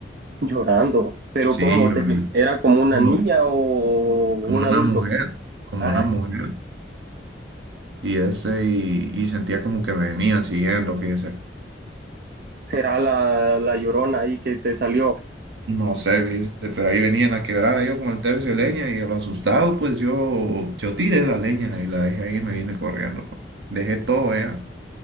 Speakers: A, on the right; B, on the right.
A: llorando, pero
B: Sí,
A: ¿cómo? Te,
B: hombre,
A: ¿era como
B: como,
A: una niña o
B: como
A: un
B: una
A: adulto?
B: mujer, como
A: Ah,
B: una mujer. y este, y, y sentía como que me venían siguiendo, fíjese.
A: será la, la llorona ahí que te salió,
B: No sé, fíjese, pero ahí venía en la quebrada yo con el tercio de leña y a lo asustado, pues yo, yo tiré la leña y la dejé ahí y me vine corriendo. po. Dejé todo allá.